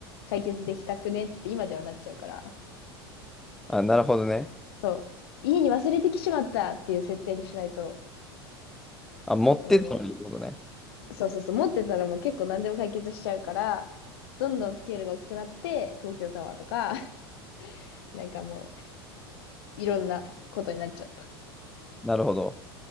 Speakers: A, on the left; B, in the centre.
A: 解決できたくねって今ではなっちゃうから、
B: あ、なるほどね。
A: そう、家に忘れてきちまったっていう設定にしないと、
B: あ、持ってたのにってことね。
A: そのもう、そうそうそう、持ってたらもう結構何でも解決しちゃうから、どんどんスケールが大きくなって、東京タワーとか、<laughs> なんかもういろんなことになっちゃった。
B: なるほど。